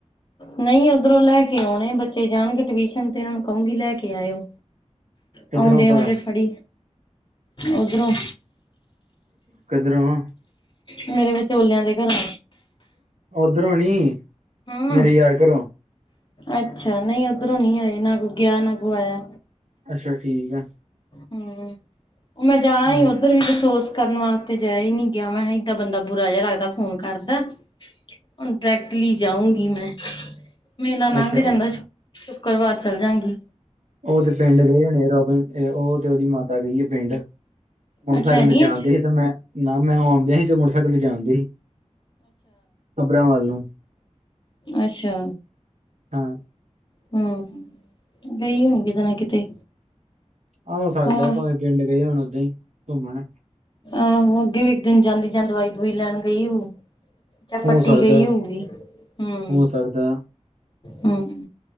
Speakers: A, on the left; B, on the right.
A: ਨਹੀਂ ਉਧਰੋਂ ਲੈਕੇ ਆਉਣੇ, ਬੱਚੇ ਜਾਣਗੇ ਟਿਵਊਸ਼ਨ ਤੇ ਇਹਨਾਂ ਨੂੰ ਕਹੂੰਗੀ ਲੈਕੇ ਆਇੳ।
B: ਕਿੱਧਰੋਂ
A: ਆਉਂਦੇ-ਆਉਂਦੇ
B: ਭਲਾ
A: ਫੜੀ, ਉਧਰੋਂ।
B: ਕਿਧਰੋਂ?
A: ਮੇਰੇ ਵਿਚੋਲਿਆਂ ਦੇ ਘਰੋ।
B: ਉਧਰੋ ਨੀ,
A: ਹੂੰ
B: ਮੇਰੇ ਯਾਰ ਘਰੋਂ।
A: ਅੱਛਾ, ਨਹੀਂ ਉਧਰੋਂ ਨੀ ਆਏ ਨਾ ਕੋਈ ਗਿਆ, ਨਾ ਕੋਈ ਆਇਆ।
B: ਅੱਛਾ ਠੀਕ ਆ
A: ਹੂੰ, ਮੈਂ ਜਾਣਾ
B: ਹਮ,
A: ਹੀ ਉੱਧਰ ਵੀ ਫਸੋਸ ਕਰਨ ਵਾਸਤੇ। ਜਾਏਆ ਈ ਨੀ ਗਿਆ, ਮੈਂਹਾ ਏਦਾਂ ਬੰਦਾ ਬੁਰਾ ਜੇਆ ਲੱਗਦਾ ਫੋਨ ਕਰਦਾ, ਹੁਣ ਡੈਰੈਕਟਲੀ ਉਂਗੀ ਮੈਂ, ਮੇਲਾ ਨੰਗ
B: ਅੱਛਾ
A: ਜਾਂਦਾ
B: ਉਹ
A: ਸ਼ੁੱਕ, ਸ਼ੁੱਕਰਵਾਰ ਚੱਲ ਜਾਂਗੀ।
B: ਓ ਤੇ ਪਿੰਡ ਗੇ ਹੋਣੇ ਆ ਰੋਬਿਨ ਏ, ਓ ਤੇ ਓਦੀ ਮਾਤਾ ਗਈ ਆ ਪਿੰਡ। ਮੋਟਰਸੈਕਲ
A: ਅੱਛਾ ਹੈ ਨੀ
B: ਤੇ ਜਾਣਦੇ
A: ਇੱਥੇ
B: ਹੀ ਤੇ ਮੈਂ, ਨਾ ਮੈਂ ਔਨਦੇ ਹੀ ਤੇ ਮੋਟਰਸੈਕਲ ਤੇ ਜਾਣਦੇ ਈ, ਖਬਰੇਆਂ ਵੱਲ ਨੂੰ।
A: ਅੱਸ਼ਾ।
B: ਹਾਂ
A: ਹੂੰ-ਹੂੰ, ਗਈ ਹੁਣੀ ਕਿਤੇ ਨਾ ਕਿਤੇ।
B: ਆਂ ਹੋ ਸਕਦਾ
A: ਹੋਰ
B: ਭਾਵੇਂ ਪਿੰਡ ਗਏ ਹੁਣ ਓਦਾਂ ਈ, ਘੁੰਮਣ।
A: ਆਹੋ, ਅੱਗੇ ਵੀ ਇੱਕ ਦਿਨ ਜਾਂਦੀ ਜਾਂ ਦਵਾਈ-ਦੁਵਾਈ ਲੈਣ ਗਈ ਹੋਉ। ਜਾਂ ਪੱਟੀ
B: ਹੋ ਸਕਦਾ
A: ਗਈ ਹੋਊਗੀ, ਹੂੰ
B: ਹੋ ਸਕਦਾ
A: ਹੂੰ,